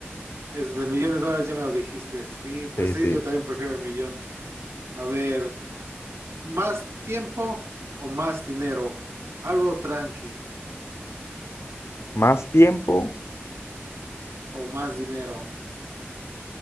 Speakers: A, on the right; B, on the left.
A: es de millones de dólares, ya me lo dijiste. Sí, pues
B: Sí,
A: sí,
B: sí.
A: yo también prefiero el millón. A ver. ¿Más tiempo o más dinero? Algo tranqui
B: Más tiempo,
A: o más dinero.